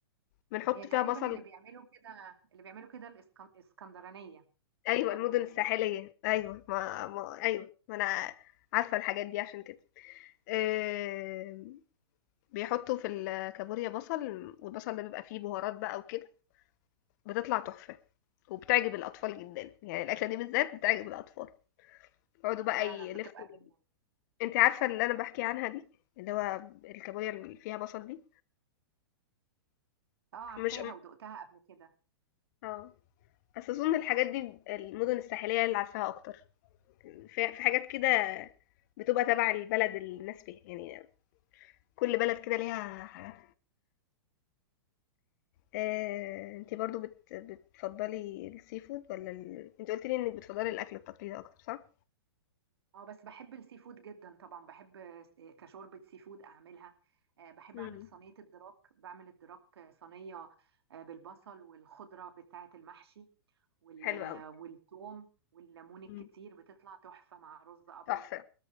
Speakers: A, on the left; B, on the right.
A: بنحط
B: يعني تقريبا
A: فيها بصل
B: اللي بيعملوا كده اللي بيعملوا كده الإسكن- الاسكندرانية
A: ايوه
B: هم
A: المدن
B: اللي بيعملوه
A: الساحلية ايوه ما, ما ايوه ما انا عارفة الحاجات دي عشان كده آه، بيحطوا في الكابوريا بصل والبصل ده بيبقى فيه بهارات بقى وكده بتطلع تحفة وبتعجب الأطفال جدا يعني الأكلة دي بالذات بتعجب الأطفال يقعدوا بقى
B: فعلا
A: يلفوا
B: بتبقى جميلة
A: أنتِ عارفة اللي أنا باحكي عنها دي، اللي هو الكابوريا اللي فيها بصل دي؟
B: اه عارفاها
A: مش م
B: ودقتها قبل كده
A: آه، بس أظن الحاجات دي المدن الساحلية هي اللي عارفاها أكتر، في في حاجات كده بتبقى تبع البلد اللي الناس فيها، يعني كل بلد كده ليها حاجات آآ، أنتِ برضه بت بتفضّلي الseafood والّا ال أنتِ قُلتِ لي إنِّك بتفضّلي الأكل التقليدي أكتر، صح؟
B: اه بس بحب السي فود جدا طبعا بحب س- آه، كشوربة سي فود اعملها آه، بحب
A: إمم،
B: اعمل صينية الدراك بعمل الدراك آه، صينية آه، بالبصل والخضرة بتاعة المحشي وال-
A: حلو
B: آه،
A: أوي،
B: والثوم والليمون الكتير
A: إمم،
B: بتطلع تحفة مع رز ابيض
A: تحفة،